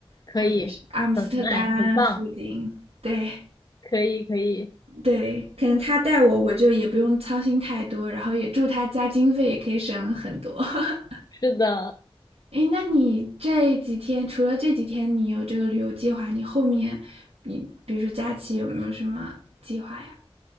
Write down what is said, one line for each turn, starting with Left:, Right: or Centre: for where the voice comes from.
Left: 可以，
Right: 或者是阿姆斯特丹附近，
Left: 很 nice，很棒。
Right: 对。
Left: 可以可以，
Right: 对，可能他带我，我就也不用操心太多，然后也住他家，经费也可以省很多。<laughs>
Left: 是的，
Right: 哎，那你这几天除了这几天你有这个旅游计划，你后面你比如说假期有没有什么计划呀？